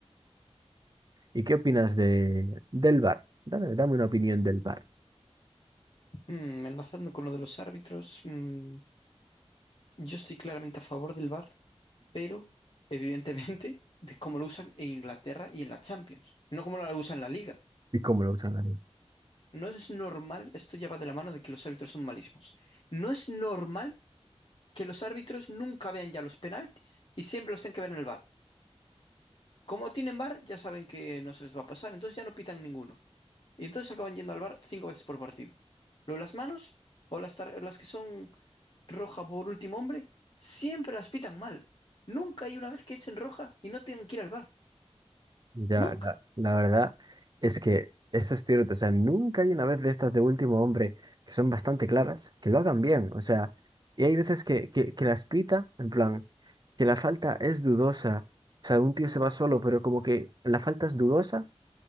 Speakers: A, on the right (about 40°); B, on the left (about 50°).
A: ¿Y qué opinas de, del bar Dame, dame una opinión del bar
B: Mm, enlazando con lo de los árbitros, mm, yo estoy claramente a favor del VAR, pero evidentemente <laughs> de cómo lo usan en Inglaterra y en la Champions, no como lo usan en la Liga.
A: ¿Y cómo lo usan ahí?
B: No es normal, esto ya va de la mano de que los árbitros son malísimos. No es normal que los árbitros nunca vean ya los penaltis y siempre los tienen que ver en el VAR. Como tienen VAR, ya saben que no se les va a pasar, entonces ya no pitan ninguno. Y entonces acaban yendo al VAR cinco veces por partido. Luego las manos o las, tar- las que son roja por último hombre, siempre las pitan mal. Nunca hay una vez que echen roja y no tengan que ir al VAR.
A: Ya,
B: Nunca.
A: la, la verdad es que eso es cierto. O sea, nunca hay una vez de estas de último hombre que son bastante claras, que lo hagan bien. O sea, y hay veces que, que, que las pita, en plan. que la falta es dudosa. O sea, un tío se va solo, pero como que la falta es dudosa